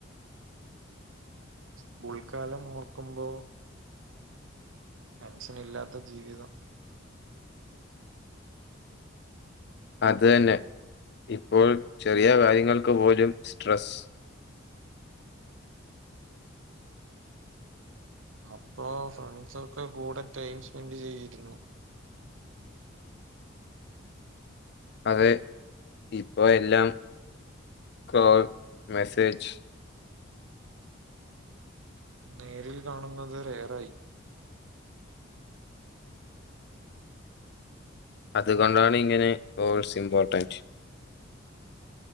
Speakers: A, on the right; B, on the left.
A: സ്കൂൾക്കാലം ഓർക്കുമ്പോ ടെൻഷനിഇല്ലാത്ത ജീവിതം
B: അത് തെന്നെ ഇപ്പോൾ ചെറിയ കാര്യങ്ങൾക്ക് പോലും സ്ട്രെസ്
A: അപ്പോ ഫ്രണ്ട്സൊക്കെ കൂടെ ടൈം സ്പെൻഡ് ചെയ്തിരുന്നു.
B: അത് ഇപ്പോ എല്ലാം കോൾ, മെസ്സേജ്
A: നേരിൽ കാണുന്നത് റേയ്റായി.
B: അതുകൊണ്ടാണ് ഇങ്ങനെ കോൾസ് ഇമ്പോർട്ടന്റ്.